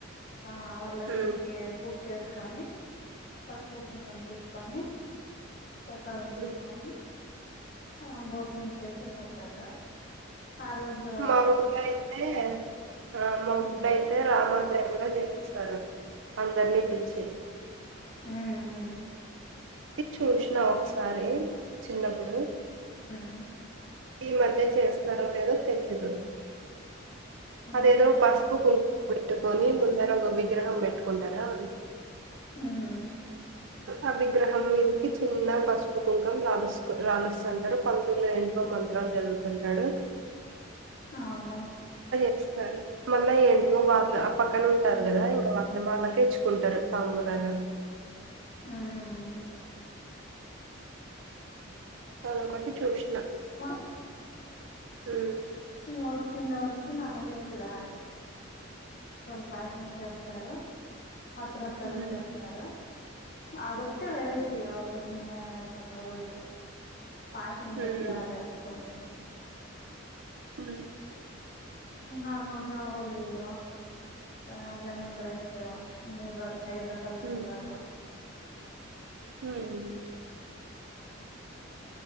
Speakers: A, on the left; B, on the right.
A: ఆ వరలక్ష్మికీ
B: హ్మ్
A: పూ చేసుకొని పసుపు కుంకుమ తీసుకొనీ ప్రసాదం
B: హ్మ్
A: తీసుకొని ఆ భోజనం చేసే పోతారు ఆ రోజు
B: మాములుగా అయితే ఆ మా ఊర్లో
A: మ్మ్.
B: అయితే రామ గ్రాండ్ గా చేపిస్తారు అందరినీ పిలిచి
A: ఉమ్ ఉమ్
B: అది చూసినా ఒకసారి చిన్నప్పుడు
A: ఉమ్
B: ఈ మధ్య చేస్త స్తారో లేదో తెలీదు అదేదో
A: అవునులే
B: పసుపు కుంకుమ పెట్టుకొని ముందర ఒక విగ్రహం పెట్టుకుంటారా
A: ఉమ్
B: అ విగ్రహం మీదకి చిన్న పసుపు కుంకం రాలస్కూ రాలిస్తుంటారు పంతుల్లో ఎంవో మంత్రాలు చదువుతుంటాడు
A: అవున్లే
B: ఇస్తారు మళ్ళా ఏంటో వాళ్ళు ఆ పక్కన ఉంటారు గదా ఇంకా వాళ్ళు వాళ్ళకే ఇచ్చుకుంటారు తంబులాలు.
A: హ్మ్
B: పలకొట్టి చూస్
A: వా
B: ఉమ్
A: ఇగ చిన్న వాళ్ళకి న నువెక్కడా అని అసల్ పాయసం చేస్తారు. అతిరసాలు
B: ఉమ్
A: చేస్తారు. అదొక్టా వెరైటీ వాల్ పండుగ రోజు పాయసం
B: ఉమ్
A: <inaudible> తినదు.
B: హ్మ్
A: నార్మల్గా <inaudible> ఇంకా లెమన్ రైసు ము ఐదు రకాల
B: ఉమ్
A: పళ్లాళ్ళు
B: <unintelligible>